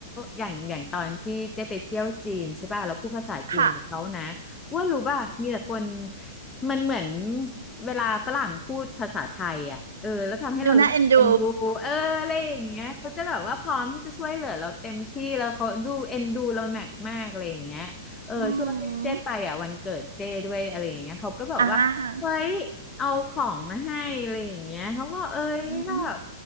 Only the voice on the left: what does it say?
อย่างอย่างตอนที่เจ๊ไปเที่ยวจีนใช่ป่ะแล้วพูดภาษาจีนกับเขานะ
ว่ารู้ป่ะมีแต่คนมันเหมือนเวลาฝรั่งพูดภาษาไทยอ่ะเออแล้วทำให้เรารู้สึกเอ็นดูเอออะไรอย่างเงี้ยเขาจะแบบว่าพร้อมที่จะช่วยเหลือเราเต็มที่แล้วเขาดูเอ็นดูเราหนักมากอะไรอย่างเงี้ยเออช่วงที่เจ๊ไปอ่ะวันเกิดเจ๊ด้วยอะไรอย่างเงี้ยเขาก็แบบว่าเฮ้ยเอาของมาให้อะไรอย่างเงี้ยเขาบอกเอ้ยก็แบบ